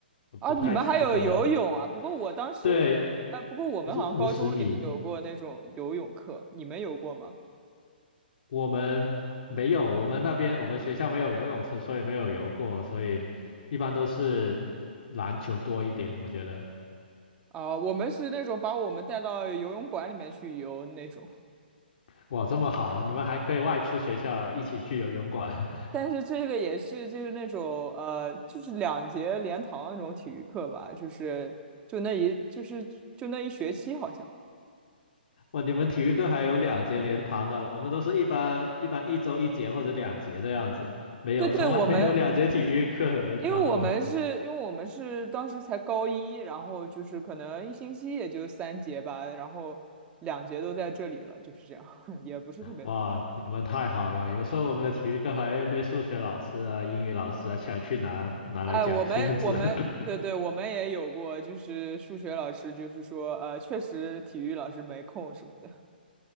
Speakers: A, on the left; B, on the right.
A: 我不太记得了。
B: 啊，你们还有游泳啊？不过我当时，
A: 对，
B: 啊，不过我们好像高中也有过那种游泳课，
A: 就是五十米。
B: 你们有过吗？
A: 我们没有，我们那边我们学校没有游泳池，所以没有游过，所以一般都是篮球多一点，我觉得。
B: 啊，我们是那种把我们带到游泳馆里面去游那种。
A: 哇，这么好啊！你们还可以外出学校一起去游泳馆。
B: 但是这个也是就是那种呃，就是两节连堂那种体育课吧，就是就那一就是就那一学期好像。
A: 哇，你们体育课还有两节连堂的，我们都是一般一般一周一节或者两节这样子，没有，
B: 对对，
A: 从来没有两节体育课连堂过。
B: 我们因为我们是因为我们是当时才高一，然后就是可能一星期也就三节吧，然后两节都在这里了，就是这样，<laughs> 也不是特别多。
A: 哇，你们太好了！有时候我们的体育课还被数学老师啊、英语老师啊抢去拿拿来讲圈子。
B: 哎，我们我们对对，
A: <laughs>
B: 我们也有过，就是数学老师就是说呃，确实体育老师没空什么的。